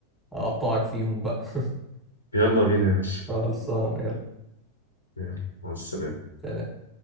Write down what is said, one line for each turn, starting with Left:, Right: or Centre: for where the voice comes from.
Centre: اقطعك فيهم بقى <laughs>
Left: يلا بينا يا باشا
Centre: خلصانه يلا
Left: يلا مع السلامه
Centre: سلام